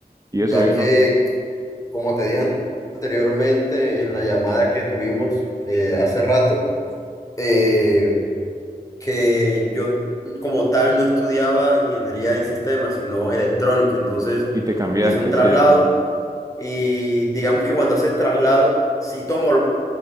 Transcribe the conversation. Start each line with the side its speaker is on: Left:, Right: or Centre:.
Right: Y eso,
Left: ya
Right: viejo.
Left: que, como te dije an- anteriormente en la llamada que tuvimos eh, hace rato, eh, que yo como tal no estudiaba ingeniería en sistemas, sino electrónica. Entonces
Right: Y te cambiaste,
Left: hice un traslado
Right: ¿cierto?
Left: y digamos que cuando haces traslado, sí tomo